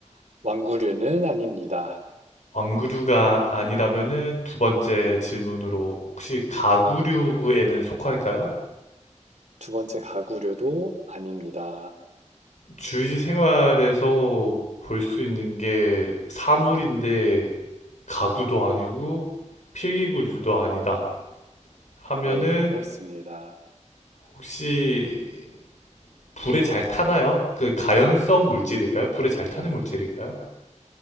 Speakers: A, on the right; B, on the left.
A: 완구류는 아닙니다.
B: 왕구류가 아니라면은 두 번째 질문으로 혹시 가구류에는 속할까요?
A: 두 번째 가구류도 아닙니다.
B: 주위 생활에서 볼 수 있는 게 사물인데 가구도 아니고 필기구류도 아니다 하면은
A: 네, 그렇습니다.
B: 혹시 불에 잘 타나요? 그 가연성 물질일까요? 불에 잘 타는 물질일까요?